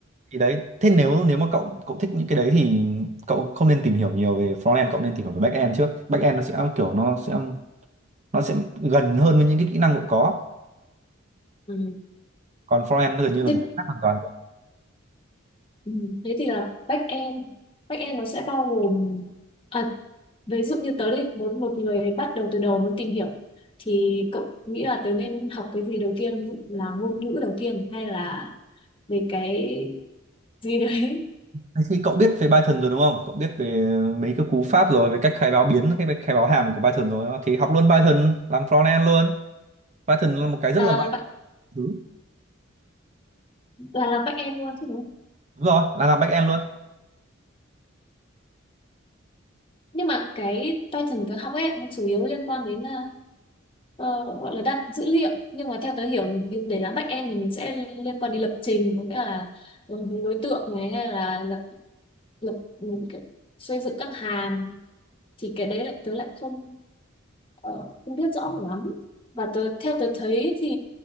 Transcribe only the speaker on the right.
thì đấy. Thế nếu nếu mà cậu cậu thích những cái đấy thì cậu không nên tìm hiểu nhiều về frontend, cậu nên tìm hiểu về backend trước. Backend nó sẽ kiểu nó sẽ nó sẽ gần hơn với những cái kỹ năng cậu có,
còn frontend nó gần như là
một cái khác hoàn toàn.
Thế Thì cậu biết về Python rồi đúng không? Cậu biết về mấy cái cú pháp rồi, về cách khai báo biến, cái khai báo hàm của Python rồi. đó. Thì học luôn Python, làm front end luôn. Python là một cái rất
là vạn
thứ.
Đúng rồi, là làm back end luôn.